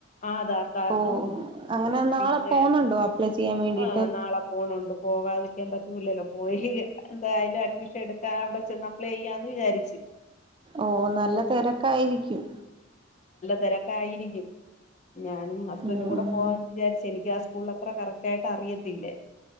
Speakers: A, on the left; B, on the right.
A: ആധാർ കാർഡും
B: ഓ അങ്ങനെ നാളെ
A: പിന്നെ
B: പോന്നുണ്ടോ അപ്ലൈ ചെയ്യാൻ വേണ്ടിട്ട്
A: ആ നാളെ പോണണ്ട് പോകാതിരിക്കാൻ പറ്റ സ്കൂല്ലോ പോയി എന്തായാലും അഡ്മിഷൻ എടുത്താ അവിടെ ട്ടന്ന് അപ്ലൈ ചെയ്യാന്ന് വിചാരിച്ച്
B: ഓ നല്ല തെരക്കായിരിക്കും.
A: തെരക്കായിരിക്കും ഞാനും ഹസ്ബൻഡും
B: ഉം
A: കൂടെ
B: ഉം
A: പോവാന്ന് വിചാരിച്ച് എനിക്ക് ഹസ് സ്കൂൾ അത്ര കറക്റ്റ് ആയിട്ട് അറിയത്തില്ലേ